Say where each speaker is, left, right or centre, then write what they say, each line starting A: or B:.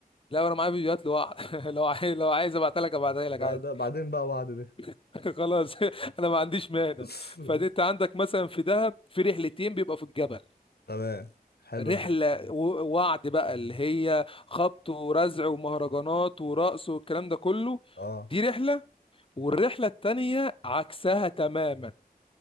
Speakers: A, on the left; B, on the left.
A: لا انا معايا فيديوهات لوحده <laughs> لو عايز لو عايز ابعتها لك ابعتها لك
B: بقى
A: عادي
B: ده بعدين بقى وعد دي
A: <laughs> خلاص <laughs> انا ما عنديش مانع
B: <laughs>
A: فدي انت عندك مثلا في دهب في رحلتين بيبقى في الجبل
B: تمام حلو
A: رحله
B: الجبل
A: و- وعد بقى اللي هي خبط ورزع ومهرجانات ورقص والكلام ده كله
B: اه
A: دي رحله والرحله التانيه عكسها تماما